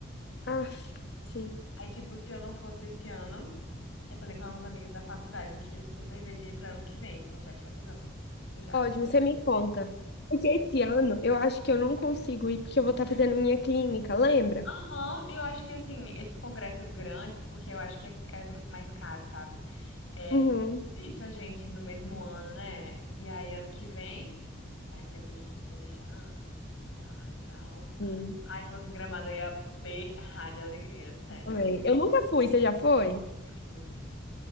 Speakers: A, on the left; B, on the left.
A: Ah, sim.
B: Aí, tipo, se eu não fosse esse ano, eu falei com alguns amigos da faculdade, eu queria super ver de ir pra ano que vem, então já te avisando, amigo. Você já
A: Ótimo, você me conta. Porque esse ano eu acho que eu não consigo ir porque eu vou estar fazendo minha clínica, lembra?
B: Aham, eu acho que assim, esses congressos grandes, porque eu acho que é, é mais caro, sabe? É
A: Uhum.
B: difícil a gente no mesmo ano, né? E aí ano que vem, tem mais tempo pra gente se planejar, estudar e tal.
A: Sim,
B: Aí se fosse em Gramado, eu ia berrar de alegria, sério.
A: também. Eu nunca fui, você já foi?
B: Eu fui, amiga,